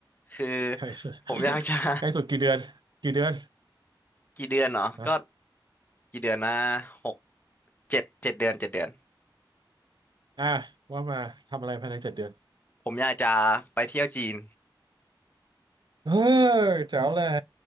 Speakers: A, on the left; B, on the right.
A: คือ
B: ใกล้สุด
A: ผมอยากจะ
B: <laughs>
A: <laughs>
B: ใกล้สุดกี่เดือนกี่เดือน
A: กี่เดือนเนาะก็
B: นะ
A: กี่เดือนนะหกเจ็ดเจ็ดเดือนเจ็ดเดือน
B: อ่ะว่ามาทำอะไรภายในเจ็ดเดือน
A: ผมอยากจะไปเที่ยวจีน
B: เออแจ๋วเลย